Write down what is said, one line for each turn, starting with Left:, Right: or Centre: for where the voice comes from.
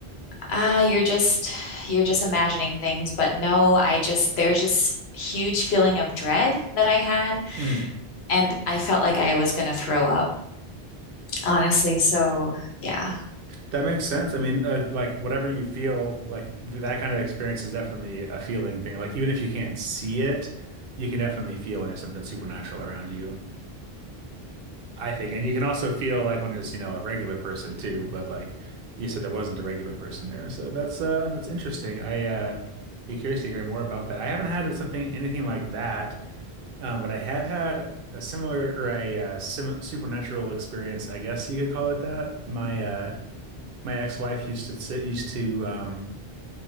Left: ah, you're just, you're just imagining things. But no, I just, there's just huge feeling of dread that I had.
Right: Mhm.
Left: And I felt like I was going to throw up, honestly. So yeah.
Right: That makes sense. I mean, uh, like whatever you feel, like th- that kind of experience is definitely a feeling thing. Like even if you can't see it, you can definitely feel when there's something supernatural around you. I think. And you can also feel like when it's, you know, a regular person too, but like you said there wasn't a regular person there. So that's uh that's interesting. I uh be curious to hear more about that. I haven't had something anything like that, um, but I have had a similar or a uh, sim supernatural experience, I guess you could call it that. My uh my ex-wife used to sit, used to um